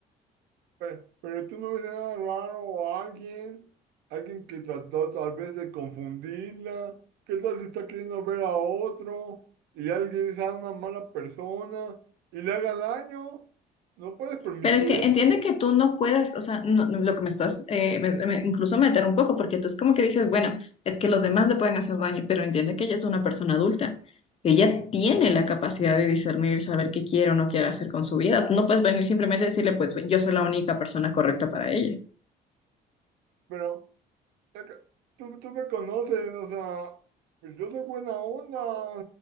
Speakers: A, on the right; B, on the left.
A: Pero, pero tú no ves nada raro o alguien, alguien que trató tal vez de confundirla. ¿Qué tal si está queriendo ver a otro y alguien sea una mala persona y le haga daño? No puedes permitir
B: Pero es que
A: eso,
B: entiende que tú no puedes, o sea, no- no- lo que me estás, eh, me- me- incluso meter un poco, porque tú es como que dices, bueno, es que los demás le pueden hacer daño, pero entiende que ella es una persona adulta. Ella tiene la capacidad de discernir, saber qué quiere o no quiere hacer con su vida. Tú no puedes venir simplemente a decirle, pues yo soy la única persona correcta para ella.
A: pero... es que tú, tú me conoces, o sea, pues yo soy buena onda, o